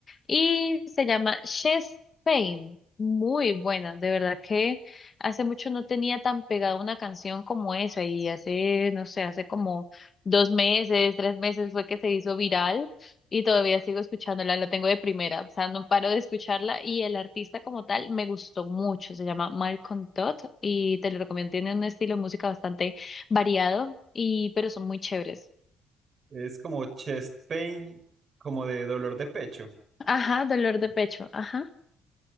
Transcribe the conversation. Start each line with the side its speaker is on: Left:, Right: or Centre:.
Left: Y se llama Chess Fame. Muy buena, de verdad que hace mucho no tenía tan pegada una canción como esa y hace, no sé, hace como dos meses, tres meses fue que se hizo viral y todavía sigo escuchándola, la tengo de primera, o sea, no paro de escucharla y el artista como tal me gustó mucho, se llama Malcolm Todd y te lo recomiendo, tiene un estilo de música bastante variado y pero son muy chéveres.
Right: Es como chest pain, como de dolor de pecho.
Left: Ajá, dolor de pecho, ajá.